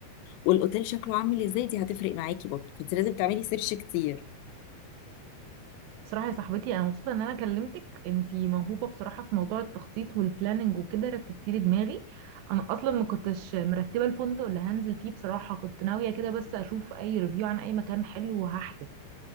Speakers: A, on the left; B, on the right.
A: والاوتيل شكله عامل ازاي دي هتفرق معاكي برضه فانت لازم تعملي سيرش كتير
B: بصراحة يا صاحبتي أنا مبسوطة إن أنا كلمتك أنتي موهوبة بصراحة في موضوع التخطيط والبلاننج وكده رتبتي لي دماغي أنا أصلا ما كنتش مرتبة الفندق اللي هنزل فيه بصراحة كنت ناوية كده بس أشوف أي ريفيو عن أي مكان حلو وهحجز